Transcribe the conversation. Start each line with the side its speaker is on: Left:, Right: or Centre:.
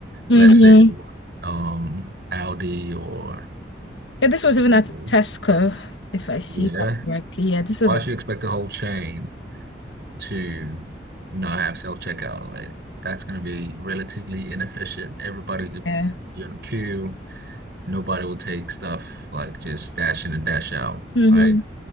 Left: Mm-hmm.
Right: let's say um Aldi or
Left: Yeah, this was even
Right: Lidl.
Left: at Tesco, if I see
Right: Yeah.
Left: that correctly. Yeah, this
Right: Why
Left: was at
Right: should you expect the whole chain to not have self-checkout? Like that's gonna be relatively inefficient. Everybody could
Left: yeah.
Right: be on a queue. Nobody will take stuff like just dash in and dash out,
Left: hmm
Right: right?